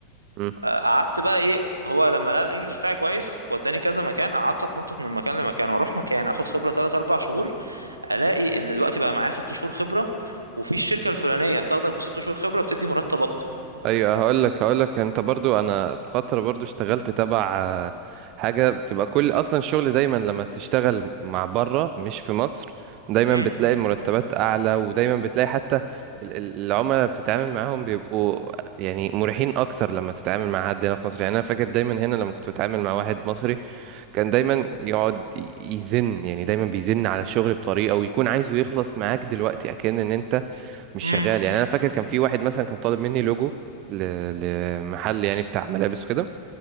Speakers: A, on the right (about 40°); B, on the right (about 80°).
A: مم.
B: آه، قعدت بقى ايه هو لما لقى الانجليش بتاعي كويس وداني كذا مكان قعدت اتنطط من مكان لمكان واروح مكان اخد خبره 3 4 شهور الاقي ان دلوقتي بقى معايا ست شهور خبره وفي الشركه الفلانيه بتاخدك بست شهور خبره بتدي مرتب اكتر
A: ايوه هقول لك هقول لك انت برضو انا في فتره برضو اشتغلت تبع آه، حاجه بتبقى كل اصلا الشغل دايما لما تشتغل مع بره مش في مصر دايما
B: امم
A: بتلاقي المرتبات اعلى ودايما بتلاقي حتى ال- ال- العملاء اللي بتتعامل معاهم بيبقوا يعني مريحين اكتر لما تتعامل مع حد هنا في مصر يعني انا فاكر دايما هنا لما كنت بتعامل مع واحد مصري كان دايما يقعد ي- يزن يعني دايما بيزن على الشغل بطريقه ويكون عايزه يخلص معاك دلوقتي اكن ان انت مش
B: امم
A: شغال يعني انا فاكر كان في واحد مثلا كان طالب مني لوجو ل... لمحل يعني بتاع ملابس وكده